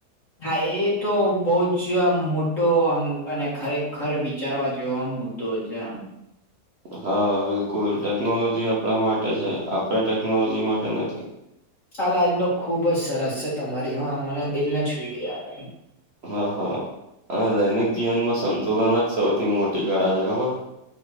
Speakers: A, on the left (about 50°); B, on the right (about 45°).
A: હા એ તો બઉ જ આમ મોટો આમ અને ખરેખર વી ચારવા જેવો આમ મુદ્દો છે આમ.
B: હા બિલકુલ. ટેકનોલોજી આપણા માટે છે, આપણે ટેકનોલોજી માટે નથી.
A: આ લાઈન તો ખુબ જ સરસ છે. તમારી હો મને દિલને છુઈ ગઈ આ લાઈન.
B: હા હા અને દૈનિક જીવનમાં સંતુલન જ સૌથી મોટી કળા છે ખબર?